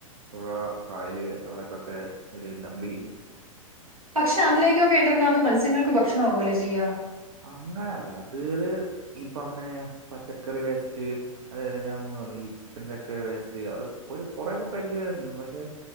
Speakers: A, on the right (about 60°); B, on the right (about 85°).
A: പുഴ കായല് അവിടെക്കൊക്കെ ഒരു ഡമ്പി ഉം
B: പക്ഷെ അതിലേക്കൊക്കെ ഇട്ടാൽ അത് മത്സ്യങ്ങൾക്ക് ഭക്ഷണ ആവല്ലേ ചെയ്യാ
A: അങ്ങനെയല്ല അത് ഈ പറഞ്ഞ പച്ചക്കറി വേസ്റ്റ് അത് ഞാൻ വ പറഞ്ഞ ഈ ചിക്കൻന്റെ ഒക്കെ വേസ്റ്റ് അത് ഒരു കൊറെൊക്കെ പരിധി വരെ പക്ഷെ